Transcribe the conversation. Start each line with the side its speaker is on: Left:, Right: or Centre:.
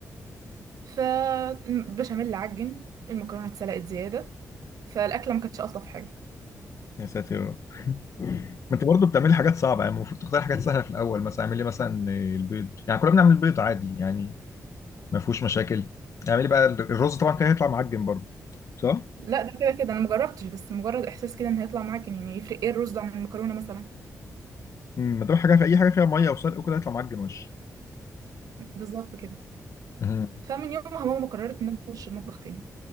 Right: فالبشاميل عجن المكرونه اتسلقت زياده فالاكله ما كانتش الطف حاجه
Left: يا ساتر يا رب <laughs> ما انت برضه بتعملي حاجات صعبه يعني المفروض تختاري حاجات سهله في الاول مثلا اعملي مثلا البيض يعني كلنا بنعمل بيض عادي يعني ما فيهوش مشاكل اعملي بقى الرز طبعا كان هيطلع معجن برضه صح؟
Right: لا ده كده كده انا مجربتش بس مجرد احساس كده ان هيطلع معجن يعني يفرق ايه الرز عن المكرونه مثلا
Left: مم، ما دام حاجه في اي حاجه فيها ميه وسلق وكده يطلع معجن وش
Right: بالظبط كده
Left: مهم.
Right: فمن يومها ماما قررت ان انا اخش المطبخ تاني